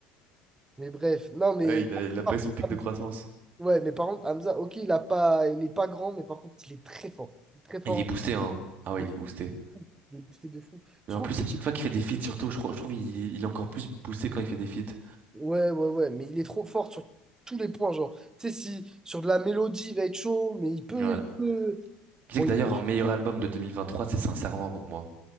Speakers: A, on the right; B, on the right.
A: mais bref. Non, mais.
B: Ouais, il a,
A: après,
B: il a
A: par
B: pas eu son
A: contre,
B: pic
A: Hamza-
B: de croissance.
A: Ouais, mais par contre, Hamza, ok, il a pas... il est pas grand, mais par contre, il est très fort. Il est très fort.
B: Et il est boosté, hein. Ah ouais,
A: Il
B: il
A: est,
B: est boosté.
A: il est boosté de fou. Je
B: Mais en
A: trouve
B: plus,
A: que
B: à chaque fois qu'il fait des feats, surtout, je, trou- je trouve il, il est encore plus boosté quand il fait des feats.
A: Ouais, ouais, ouais, mais il est trop fort sur tous les points, genre, tu sais, si sur de la mélodie, il va être chaud, mais il peut,
B: Ouais.
A: il peut.
B: Tu
A: Bon,
B: sais que d'ailleurs,
A: il-
B: un meilleur album de 2023, c'est Sincèrement pour moi.